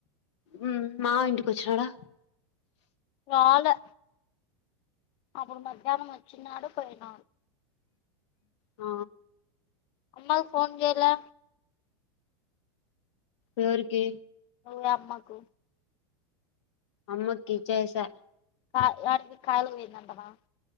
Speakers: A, on the left; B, on the left.
A: మ్మ్ మావ ఇంటికి వచ్చినడా
B: రాలె అప్పుడు మధ్యాహ్నం వచ్చినడు పోయినాడు
A: ఆ
B: అమ్మా కీ ఫన్ చేయలే
A: ఎవరికి
B: మీ అమ్మకు
A: అమ్మకి ఇచ్చేసా
B: కా ఏడికి కాలు పోయిందంటనా